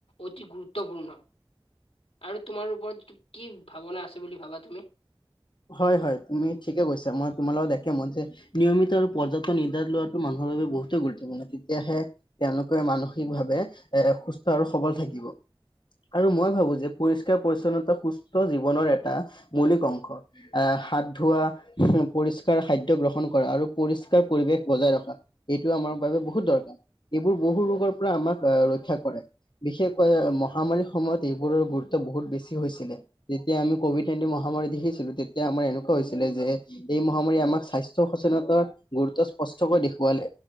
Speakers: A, on the left (about 85°); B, on the left (about 55°).
A: অতি গুৰুত্বপূৰ্ণ। আৰু তোমাৰ ওপৰত কি ভাৱনা আছে বুলি ভাবা তুমি?
B: হয় হয় তুমি ঠিকে কৈছা মই তোমাৰ লগত একে মই যে নিয়মিত আৰু পৰ্যাপ্ত নিদ্ৰাৰ লোৱাটো মানুহৰ বাবে বহুতেই গুৰুত্বপূৰ্ণ তেতিয়াহে তেওঁলোকে মানসিক ভাৱে এ সুস্থ আৰু সবল থাকিব আৰু মই ভাবো যে পৰিষ্কাৰ পৰিচ্ছন্নতা সুস্থ জীৱনৰ এটা মৌলিক অংশ। হাত ধোৱা পৰিস্কাৰ খাদ্য গ্ৰহণ কৰা আৰু পৰিস্কাৰ পৰিৱেশ বজাই ৰখা। এইটো আমাৰ বাবে বহুত দৰকাৰ এইবোৰ বহু ৰোগৰ পৰা আমাক ৰক্ষা কৰে। বিশেষকৈ মহামাৰীৰ সময়ত এইবোৰৰ গুৰুত্ব বহুত বেছি হৈছিলে। যেতিয়া আমি কভিড নাইনটিন মহামাৰী দেখিছিলো তেতিয়া আমাৰ এনেকুৱা হৈছিলে যে এই মহামাৰী আমাক স্বাস্থ্য সচেতনতাৰ গুৰুত্ব স্পষ্টকৈ দেখুৱালে